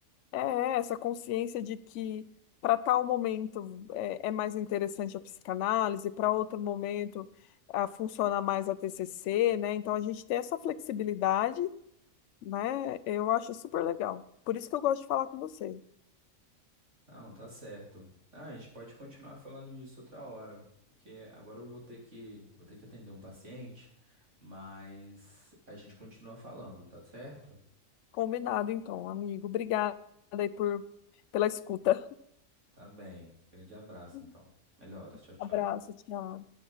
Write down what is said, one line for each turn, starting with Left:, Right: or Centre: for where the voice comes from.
Left: É é, essa consciência de que para tal momento é, é mais interessante a psicanálise, para outro momento a, funciona mais a TCC, né? Então a gente tem essa flexibilidade, né? Eu acho super legal. Por isso que eu gosto de falar com você.
Right: Não, tá certo. Ah, a gente pode continuar falando isso outra hora, porque agora eu vou ter que, vou ter que atender um paciente, mas a gente continua falando, tá certo?
Left: Combinado, então, amigo. Obrigada aí por, pela escuta.
Right: Tá bem. Grande abraço,
Left: <laughs>
Right: então. Melhoras. Tchau, tchau.
Left: Abraço, tchau.